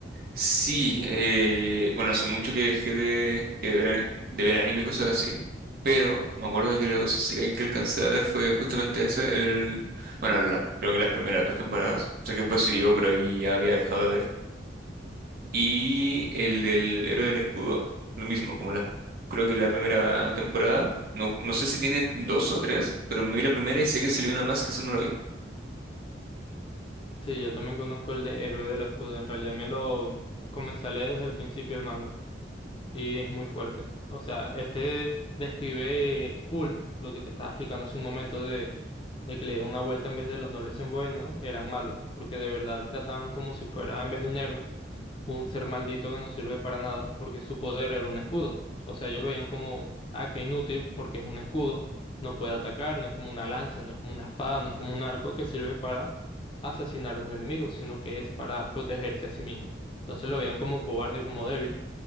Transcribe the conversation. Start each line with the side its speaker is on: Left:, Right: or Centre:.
Right: Sí, eh, bueno, hace mucho que dejé de, que de ver, ani- de ver anime y cosas así, pero me acuerdo que los isekai que alcancé a ver fue justamente ese, el, bueno, la- creo que las primeras dos temporadas, sé que después siguió, pero ahí ya había dejado de ver. Y el del Héroe del Escudo, lo mismo, como la, creo que la primera temporada, no, no sé si tiene dos o tres, pero me vi la primera y sé que salió una más que esa no la vi.
Left: Sí, yo también conozco el de Héroe del Escudo. En realidad me lo comencé a leer desde el principio del manga. Y es muy fuerte. O sea, este describe full lo que te estaba explicando hace un momento de, de que le dio una vuelta en vez de los nobles en buenos, eran malos. Porque de verdad trataban como si fuera en vez de un héroe. un ser maldito que no sirve para nada porque su poder era un escudo. O sea, ellos veían como, ah, que inútil porque es un escudo, no puede atacar, no es como una lanza, no es como una espada, no es como un arco que sirve para asesinar a un enemigo, sino que es para protegerse a sí mismo. Entonces lo veían como cobarde, como débil,